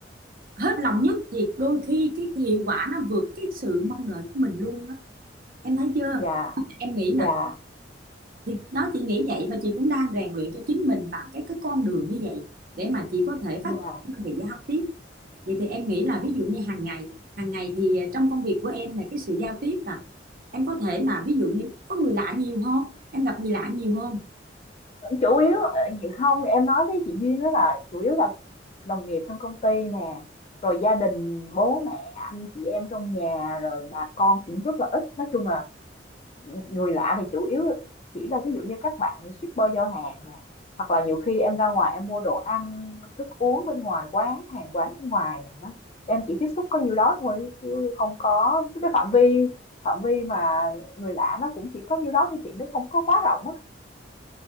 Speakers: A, on the right; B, on the left.
A: hết lòng nhất thì đôi khi cái hiệu quả nó vượt cái sự mong đợi của mình luôn á em thấy chưa
B: dạ,
A: em nghĩ
B: dạ,
A: nè thì đó chị nghĩ vậy và chị cũng đang rèn luyện cho chính mình bằng cái cái con đường như vậy để mà chị có thể
B: dạ.
A: phát triển về giao tiếp vậy thì em nghĩ là ví dụ như hàng ngày hàng ngày thì à, trong công việc của em là cái sự giao tiếp là em có thể là ví dụ như có người lạ nhiều không em gặp người lạ nhiều không
B: Chủ yếu ờ, chị không em nói với chị Duyên đó là chủ yếu là đồng nghiệp trong công ty nè, rồi gia đình bố mẹ anh chị em trong nhà rồi bà con cũng rất là ít. Nói chung là người lạ thì chủ yếu chỉ là ví dụ như các bạn shipper giao hàng nè hoặc là nhiều khi em ra ngoài em mua đồ ăn thức uống bên ngoài quán hàng quán bên ngoài nè đó em chỉ tiếp xúc có nhiêu đó thôi chứ không có cái phạm vi phạm vi mà người lạ nó cũng chỉ có nhiêu đó thôi chị nó không có quá rộng á